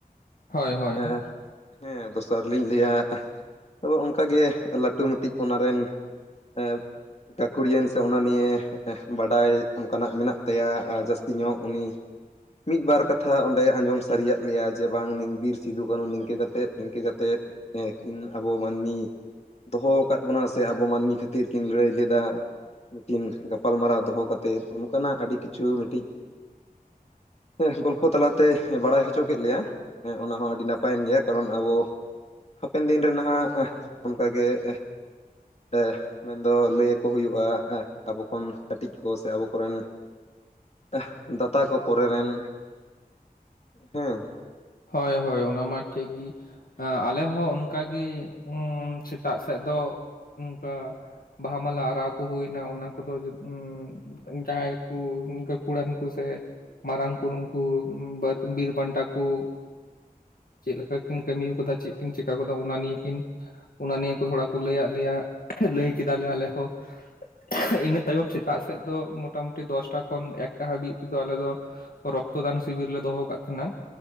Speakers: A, on the left; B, on the left.
A: ᱦᱳᱭ ᱦᱳᱭ
B: <inaudible>
A: ᱦᱳᱭ
B: ᱦᱮᱸ ᱫᱚᱥᱟᱨ ᱞᱤᱧ ᱞᱟᱹᱭᱟ ᱟᱫᱚ ᱚᱱᱠᱟ ᱜᱮ ᱞᱟᱹᱴᱩ ᱢᱤᱴᱤᱡ ᱚᱱᱟ ᱨᱮᱱ <inaudible> ᱜᱟᱹᱠᱷᱩᱲᱤᱭᱟᱱ ᱥᱮ ᱚᱱᱟ ᱱᱤᱭᱮ ᱵᱟᱰᱟᱭ ᱚᱱᱠᱟᱱᱟᱜ ᱢᱮᱱᱟᱜ ᱛᱟᱭᱟ ᱟᱨ ᱡᱟᱹᱥ ᱛᱤᱧᱚᱜ ᱩᱱᱤ ᱢᱤᱫ ᱵᱟᱨ ᱠᱟᱛᱷᱟ ᱚᱸᱰᱮ ᱟᱸᱡᱚᱢ ᱥᱟᱹᱨᱤᱭᱟᱜ ᱞᱮᱭᱟᱭ ᱡᱮ ᱵᱟᱝ ᱱᱤᱱ ᱵᱤᱨ ᱥᱤᱫᱩᱼ ᱠᱟᱹᱱᱩ ᱱᱤᱝᱠᱟᱹ ᱠᱟᱛᱮᱫ ᱱᱤᱝᱠᱟᱹ ᱠᱟᱛᱮᱫ ᱾ ᱦᱮᱸᱠᱤᱱ ᱟᱵᱚ ᱢᱟᱹᱱᱢᱤ ᱫᱚᱦᱚ ᱟᱠᱟᱫ ᱵᱚᱱᱟ ᱥᱮ ᱟᱵᱚ ᱢᱟᱹᱱᱢᱤ ᱠᱷᱟᱹᱛᱤᱨ ᱠᱤᱱ ᱞᱟᱹᱲᱟᱹᱭ ᱞᱮᱫᱟ ᱾ ᱢᱤᱴᱤᱱ ᱜᱟᱯᱟᱞᱢᱟᱨᱟᱣ ᱫᱚᱦᱚ ᱠᱟᱛᱮᱫ ᱚᱱᱠᱟᱱᱟᱜ ᱟᱹᱰᱤ ᱠᱤᱪᱷᱩ ᱢᱤᱫᱴᱤᱡ ᱾ ᱦᱮᱸ ᱜᱚᱞᱯᱷᱚ ᱛᱟᱞᱟᱛᱮᱭ ᱵᱟᱲᱟᱭ ᱦᱚᱪᱚ ᱠᱮᱫ ᱞᱮᱭᱟ ᱦᱮᱸ ᱚᱱᱟ ᱦᱚᱸ ᱟᱹᱰᱤ ᱱᱟᱯᱟᱭᱮᱱ ᱜᱮᱭᱟ ᱠᱟᱨᱚᱱ ᱟᱵᱚ ᱾ ᱦᱟᱯᱮᱱ ᱫᱤᱱ ᱨᱮ ᱱᱟᱦᱟᱜ ᱚᱱᱠᱟ ᱜᱮ ᱾ <inaudible> ᱢᱮᱱᱫᱚ ᱞᱟᱹᱭ ᱟᱠᱚ ᱦᱩᱭᱩᱜᱼᱟ <inaudible> ᱟᱵᱚ ᱠᱷᱚᱱ ᱠᱟᱹᱴᱤᱡ ᱠᱚ ᱥᱮ ᱟᱵᱚ ᱠᱚᱨᱮᱱ <inaudible> ᱫᱟᱛᱟ ᱠᱚ ᱯᱚᱨᱮ ᱨᱮᱱ ᱦᱮᱸ ᱾
A: ᱦᱚᱭ ᱦᱚᱭ ᱚᱱᱟ ᱢᱟ ᱴᱷᱤᱠ ᱜᱤ ᱟᱻ ᱟᱞᱮ ᱦᱚᱸ ᱚᱱᱠᱟᱜᱮ <inaudible> ᱪᱷᱤᱛᱟᱜ ᱥᱮᱫ ᱫᱚ ᱚᱱᱠᱟ ᱵᱟᱦᱟ ᱢᱟᱞᱟ ᱟᱲᱟᱣ ᱠᱚ ᱦᱩᱭᱱᱟ ᱚᱱᱟ ᱠᱚᱫᱚ <inaudible> ᱡᱟᱦᱟᱸᱭ ᱠᱩ ᱜᱟᱠᱷᱩᱲᱟᱱ ᱠᱚ ᱥᱮ ᱢᱟᱨᱟᱝ ᱠᱩᱨᱩᱝ ᱠᱩ ᱵᱟᱨ ᱵᱤᱨ ᱵᱟᱱᱴᱟ ᱠᱚ ᱾ ᱪᱮᱫ ᱞᱮᱠᱟ ᱠᱤᱱ ᱠᱟᱹᱢᱤ ᱠᱟᱫᱟ ᱪᱮᱜ ᱠᱤᱱ ᱪᱤᱠᱟ ᱠᱟᱫᱟ ᱚᱱᱟ ᱱᱤᱭᱮᱠᱤᱱ ᱚᱱᱟ ᱱᱤᱭᱮ ᱠᱚ ᱦᱚᱲᱟ ᱠᱚ ᱞᱟᱹᱭᱟᱫ ᱞᱮᱭᱟ ᱞᱟᱹᱭ ᱠᱮᱫᱟᱞᱮ ᱟᱞᱮ ᱦᱚᱸ <inaudible> ᱤᱱᱟᱹ ᱛᱟᱭᱚᱢ ᱥᱮᱛᱟᱜ ᱥᱮᱫ ᱫᱚ ᱢᱚᱴᱟᱢᱩᱴᱤ ᱫᱚᱥᱴᱟ ᱠᱷᱚᱱ ᱮᱠᱴᱟ ᱦᱟᱹᱵᱤᱡ ᱛᱮᱫᱚ ᱟᱞᱮ ᱫᱚ ᱾ ᱨᱚᱠᱛᱚᱫᱟᱱ ᱥᱤᱵᱤᱨ ᱞᱮ ᱫᱚᱦᱚ ᱠᱟᱫ ᱛᱟᱦᱮᱸᱱᱟ